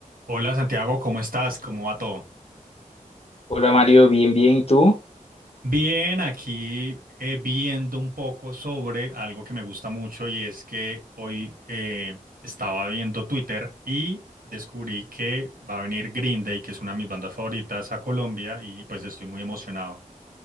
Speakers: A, on the right (about 85°); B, on the left (about 45°).
A: Hola Santiago, ¿cómo estás? ¿Cómo va todo?
B: Hola Mario, bien, bien, ¿y tú?
A: Bien, aquí eh, viendo un poco sobre algo que me gusta mucho y es que hoy eh, estaba viendo Twitter y descubrí que va a venir Green Day, que es una de mis bandas favoritas, a Colombia y pues estoy muy emocionado.